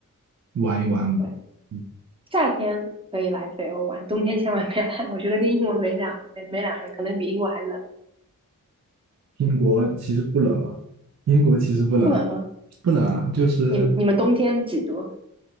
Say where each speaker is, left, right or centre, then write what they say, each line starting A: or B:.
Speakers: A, on the right; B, on the right.
A: 玩一玩吧。
B: 对，
A: 嗯
B: 夏天可以来北欧玩，冬天千万别来，我觉得跟英国没两没没两样，可能比英国还冷。
A: 英国其实不冷啊，英国其实不冷啊，
B: 不冷吗？
A: 不冷啊，就是
B: 你们你们冬天几度